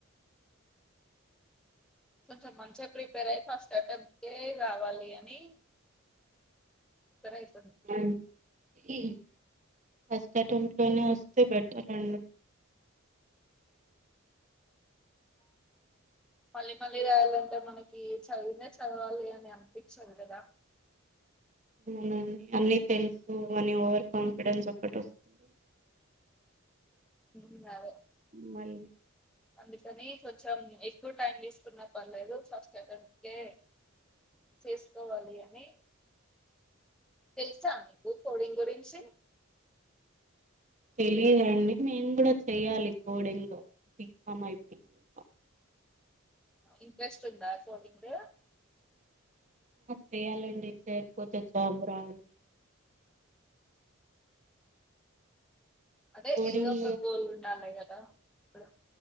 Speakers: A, in the centre; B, on the right.
A: కొంచం మంచిగా ప్రిపేర్ అయి ఫస్ట్ అటెంప్ట్ కే రావాలి అని అయితున్నా
B: ఉ ఇ ఈ ఫస్ట్ అటెంప్ట్ లోనే వస్తే బెటర్ అండి.
A: మళ్ళీ మళ్ళీ రాయాలంటే మనకి చదివిందే చదవాలి అని అనిపించదు కదా
B: అవునండి అన్నీ తెలుసు. అని ఓవర్ కాన్ఫిడెన్స్ ఒకటి వస్తుంది.
A: హమ్ అదే
B: మళ్లీ
A: అందుకని కొంచెం ఎక్కువ టైం తీసుకున్న పర్లేదు. ఫస్ట్ అటెంప్ట్ కే చేసుకోవాలి. అని తెలుసా నీకు కోడింగ్ గురించి
B: తెలిదండి మేము కూడా చెయాలి కోడింగ్ బీఫామ్ అయిపోయాక
A: ఇంట్రెస్ట్ ఉందా కోడింగ్
B: చేయాలండి చేయకపోతే జాబు రాదు
A: అదే
B: కోడింగ్
A: ఏదో ఒక గోల్ ఉండాలి కదా స